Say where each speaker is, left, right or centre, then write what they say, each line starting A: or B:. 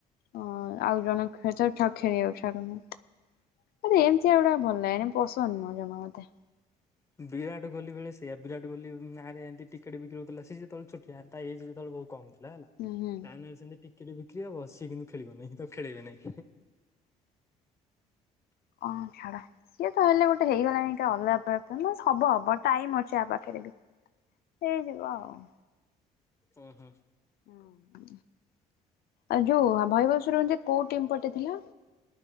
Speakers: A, on the left; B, on the left.
A: ଓ ଆଉ ଜଣେ ଖେଳୁଚନ୍ତି ତାକୁ ଖେଳିବାକୁ ଛାଡୁନାହାନ୍ତି। ଆରେ ଏମିତିଆ ଗୁଡ଼ା ଭଲ ଲାଗେନି ପସନ୍ଦ ନୁହେ ଜମା ମତେ।
B: ବିରାଟ କୋହଲି ବେଳେ ସେଇଆ ବିରାଟ କୋହଲି ନାରେ ଏମିତିି ଟିକେଟ୍ ବିକିରି ହେଉଥିଲା ସେ ଯେତବେଳେ ଛୋଟିଆ ତା ଏଜେ ଯେତେବେଳେ ବହୁତ୍ କମ ଥିଲା ହେଲା।
A: ହୁଁ ହୁଁ।
B: ତା ନାରେ ସେମିତି ଟିକେଟ୍ ବି କି ହବ ସିଏ କିନ୍ତୁ ଖେଳିବ ନାହିଁ। ତାକୁ ଖେଳେଇବେ ନାହିଁ।
A: ହଁ ଛାଡ ସିଏ ତ ହେଲେ ଗୋଟେ ହେଇଗଲାଣି ହେଟା ଅଲଗା ପ୍ରଥା ହବ ହବ ଟାଇମ ଅଛି ଆ ପାଖରେ। ଏଠୁ ହେଇଯିବ ଆଉ
B: ଅ ହ
A: ହୁଁ ଏ ଯୋଉ ବୈଭବ ସୂର୍ଯ୍ୟବଂଶୀ କୋଉ ଟିମ୍ ପଟେ ଥିଲା?